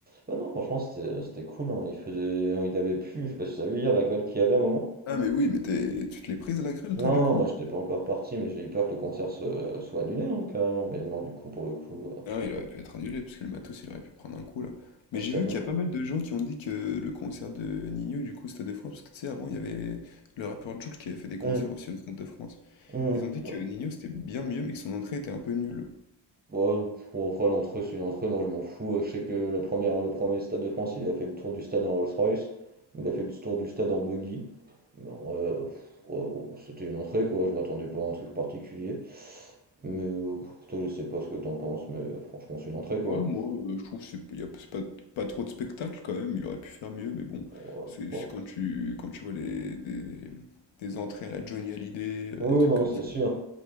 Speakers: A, on the right; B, on the left.
A: Bah non, franchement, c'était c'était cool. hein. Il faisait, il avait plu, je sais pas si t'as vu hier la grêle qu'il y avait un moment.
B: Ah mais oui, mais t'es es tu te l'es prise à la grêle toi
A: Non,
B: du coup
A: moi
B: ou pas?
A: j'étais pas encore parti, mais j'ai eu peur que le concert se- soit annulé, hein, carrément. Mais non, du coup, pour le coup, euh,
B: Ah ouais,
A: c'est
B: il aurait pu être annulé parce que le matos, il aurait pu prendre un coup là. Mais
A: ah, c'est
B: j'ai vu
A: ça qu'on.
B: qu'il y a pas mal de gens qui ont dit que le concert de Nino du coup au Stade de France, parce que tu sais avant il y avait le rappeur Jul qui avait fait des concerts
A: Hum,
B: aussi au Stade de France.
A: hum,
B: Ils ont dit que
A: ouais.
B: Nino c'était bien mieux mais que son entrée était un peu nulle.
A: Ouais, pour après, l'entrée, c'est une entrée, moi je m'en fous. Euh, Je sais que la première, le premier Stade de France, il a fait le tour du stade en Rolls-Royce, il a fait le tour du stade en buggy. Mais en vrai, euh, pff, ouais, ouais, c'était une entrée, quoi, je m'attendais pas à un truc particulier. Mais euh, toi, je sais pas ce que t'en penses, mais euh, franchement, c'est une entrée, quoi.
B: Ouais, moi, euh, je trouve que c'est y a- c'est pas, pas trop de spectacle quand même, il aurait pu faire mieux, mais bon,
A: Ouais,
B: c'est
A: ouais.
B: c'est quand tu, quand tu vois les, des, des entrées à la Johnny Hallyday, euh,
A: Oui,
B: des trucs
A: non,
B: comme
A: c'est
B: ça.
A: sûr.